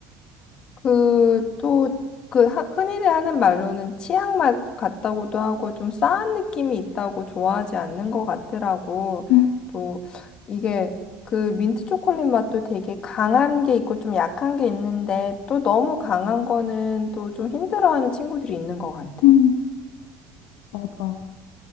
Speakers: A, on the left; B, on the left.
A: 그, 또, 그, 하- 흔히들 하는 말로는 치약 맛 같다고도 하고 좀 싸한 느낌이 있다고 좋아하지 않는 것 같더라고.
B: 음,
A: 또, 이게 그 민트 초콜릿 맛도 되게 강한 게 있고 좀 약한 게 있는데 또 너무 강한 거는 또 좀 힘들어하는 친구들이 있는 것 같아.
B: 음, 맞아.